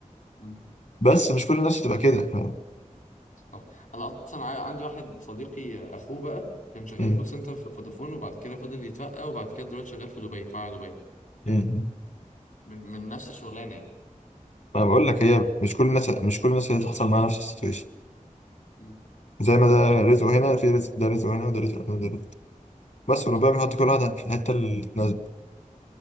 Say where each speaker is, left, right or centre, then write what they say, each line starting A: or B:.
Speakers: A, on the left (about 85°); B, on the left (about 65°).
A: مم،
B: بس مش كل الناس هتبقى كده فاهم
A: صح انا اصلا عا- عندي واحد صديقي آه، اخوه بقى كان شغال
B: مم.
A: كول سنتر في فودافون وبعد كده فضل يترقى وبعد كده دلوقتي شغال في دبي في فرع دبي
B: مم.
A: من, من نفس الشغلانة يعني
B: انا بقول لك هي مش كل الناس مش كل الناس هتحصل معاها نفس السيتويشن
A: مم،
B: زي ما ده رزقه هنا في رزق ده رزقه هنا وده رزقه هنا وده رزقه بس وربنا
A: صح
B: بيحط كل واحد في الحته اللي تناسبه